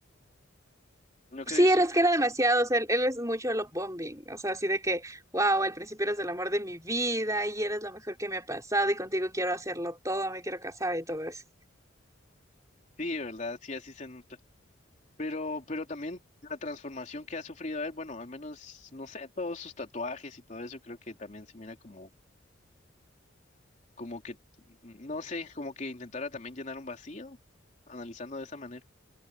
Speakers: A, on the left; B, on the right.
A: ¿No
B: Sí,
A: crees
B: era,
A: tú?
B: es que era demasiado, o sea, él, él es mucho love bombing, o sea, así de que, wow, al principio eres el amor de mi vida y eres lo mejor que me ha pasado y contigo quiero hacerlo todo, me quiero casar y todo eso.
A: Sí, de ¿verdad? Sí, así se nota. Pero, pero también la transformación que ha sufrido él, bueno, al menos, no sé, todos sus tatuajes y todo eso, creo que también se mira como, como que, no sé, como que intentara también llenar un vacío, analizando de esa manera.